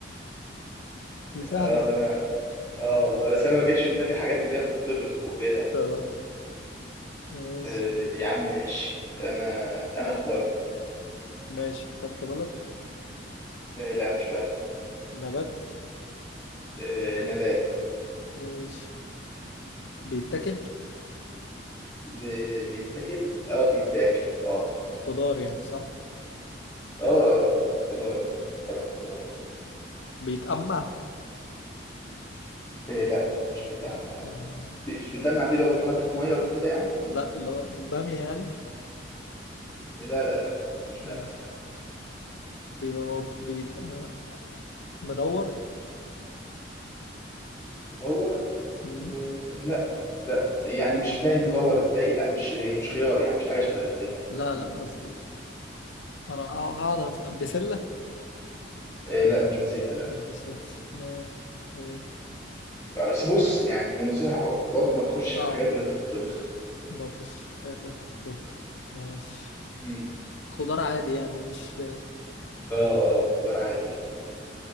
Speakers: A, on the left (about 75°); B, on the left (about 15°).
A: دي سهلة
B: اه
A: يعني.
B: ده انا اه والله بس انا ما جاتش في دماغي حاجات اللي هي بتطبخ وكده
A: آه ماشي
B: آه يا عم ماشي انا انا اختار
A: ماشي اخترت بلد
B: آه لا مش برد
A: نبات
B: آه نبات
A: ماشي بيتاكل
B: ب- بيتاكل اه بيتاكل اه
A: خضار يعني صح
B: اه طبعا الخضار طبعا الخضار
A: بيتأمع
B: إيه لا مش بيتقمع
A: مش بيتأمع
B: لا
A: لا.
B: بي- مش بيتقمع
A: ماشي
B: دي لو بتحط في ميه وكده يعني
A: لا اللي هو بامية يعني
B: لا لا لا مش بامية
A: ماشي
B: لا
A: بيبقى موج... بيبقى مدور
B: مدور
A: مم.
B: إيه لا لا يعني مش فاهم مدور ازاي لا مش مش خيار يعني مش حاجه شبه الخيار
A: لا
B: عموماً.
A: لا قصدي أنا هقعد أسأل. بسلة
B: إيه لا مش بسله لا
A: مش بسلك ماشي آه،
B: بس بص يعني نصيحه برضو ما تخش
A: صعب
B: في الحاجات اللي بتطبخ
A: ما فيش حاجة في الطب ماشي
B: مم.
A: خضار عادي يعني مش
B: اه اه خضار عادي اه